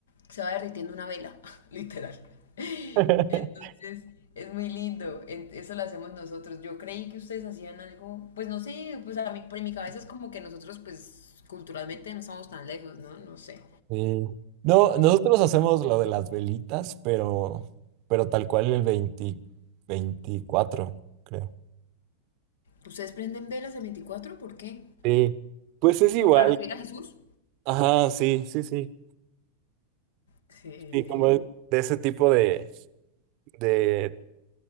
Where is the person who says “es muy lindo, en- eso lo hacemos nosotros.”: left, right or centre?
Left